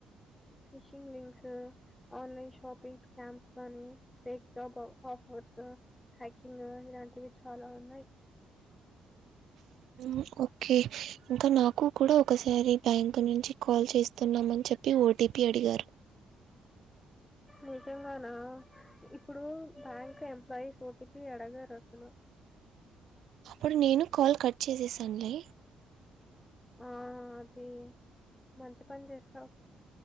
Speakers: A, on the left; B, on the right.
A: phishing links online shopping scams గానీ ఫేక్ జాబ్ ఆఫర్స్ హ్యాకింగ్ ఇలాంటివి చాలా ఉన్నాయి
B: ఉ ఓకే ఇంకా నాకు కూడా ఒకసారి బ్యాంక్ నుంచి కాల్ చేస్తున్నామని చెప్ టి ఓటీపీ అడిగారు
A: నిజంగానా ఇప్పుడు బ్యాంక్ ఎంప్లాయిస్ ఓటీపీ ఆడగారు అసలు
B: అప్పుడు నేను కాల్ కట్ చేసేసా అండి
A: ఆ అది మంచి పని చేసావు